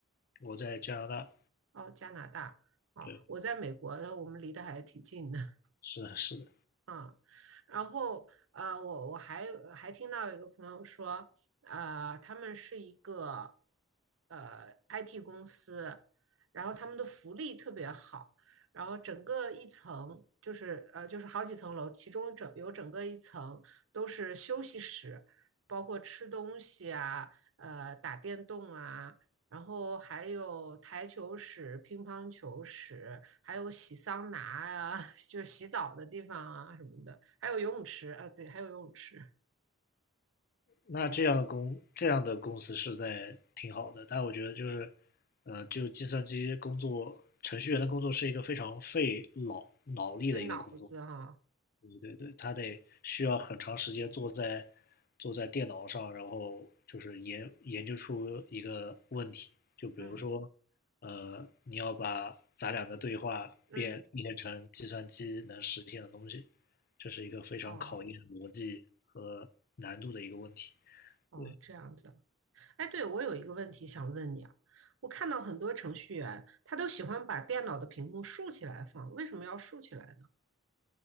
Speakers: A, on the left; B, on the right.
A: 我在加拿大，
B: 哦，加拿大。哦，
A: 对，
B: 我在美国的，我们离得还挺近的。
A: 是的，是的。
B: 啊，然后呃，我我还还听到有一个朋友说，呃，他们是一个呃 IT 公司，然后他们的福利特别好，然后整个一层就是呃就是好几层楼，其中整有整个一层都是休息室，包括吃东西啊，呃打电动啊，然后还有台球室、乒乓球室，还有洗桑拿啊，<laughs> 就是洗澡的地方啊什么的，还有游泳池啊，对，还有游泳池，
A: 那这样的公这样的公司是在挺好的，但我觉得就是，呃，就计算机工作程序员的工作是一个非常费脑脑力的一个工作，
B: 费脑子哈、
A: 对对对，他得需要很长时间坐在坐在电脑上，然后就是研研究出一个问题，就比如说，
B: 嗯
A: 呃，你要把咱俩的对话变变成计算机能实现的东西，
B: 嗯，
A: 这是一个非常考验逻辑和难度的一个问题。
B: 哦哦，
A: 对，
B: 这样子。哎，对，我有一个问题想问你啊，我看到很多程序员他都喜欢把电脑的屏幕竖起来放，为什么要竖起来